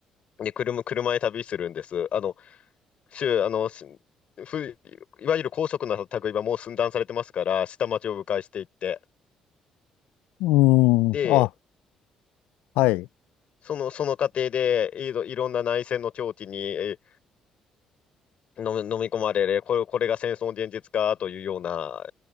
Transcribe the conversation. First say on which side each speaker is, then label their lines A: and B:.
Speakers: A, on the left; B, on the left.
A: で、車、車で旅するんです。あの、州、あの、しふ、いわゆる高速な類はもう寸断されてますから、下町を迂回していって、
B: うん。
A: で、
B: あ、はい。
A: その、その過程で、いろ、いろんな内戦の境地にえー飲み、飲み込まれる、これ、これが戦争の現実かというような、